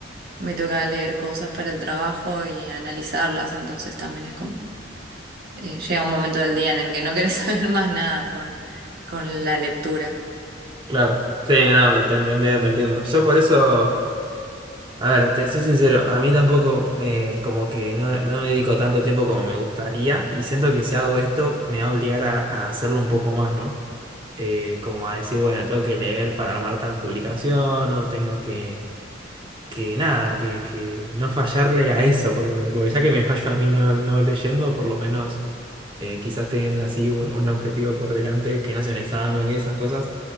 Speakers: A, on the right; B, on the right.
A: me toca leer cosas para el trabajo y analizarlas, entonces también es como, eh, llega un momento del día en el que no querés <laughs> saber más nada con, con la lectura.
B: Claro. Sí, no, te, te entiendo, te entiendo. Yo por eso. A ver, te soy sincero, a mí tampoco eh, como que no, no me dedico tanto tiempo como me gustaría y siento que si hago esto me va a obligar a, a hacerlo un poco más, ¿no? Eh, como a decir, bueno, tengo que leer para armar tal publicación o tengo que que nada, que, que no fallarle a eso por lo menos, porque ya que me fallo a mí no, no leyendo, por lo menos eh, quizás teniendo así un, un objetivo por delante, que no sea un examen y esas cosas,